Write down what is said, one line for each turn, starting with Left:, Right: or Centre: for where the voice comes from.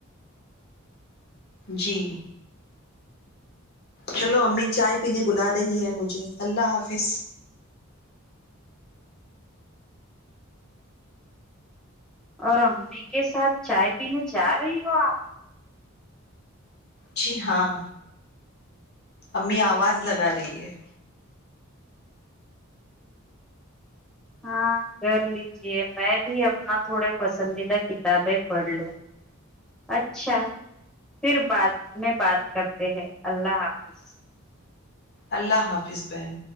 Left: جی چلو امی چائے پینے بلا رہی ہے مجھے اللہ حافظ
Centre: اور امی کے ساتھ چائے پینے جا رہی ہو آپ
Left: جی ہاں امی آواز لگا رہی ہے
Centre: ہاں کر لیجے میں بھی اپنا تھوڑے پسندیدہ کتابیں پڑھ لوں اچھا پھر بعد میں بات کرتے ہیں اللہ حافظ
Left: اللہ حافظ بن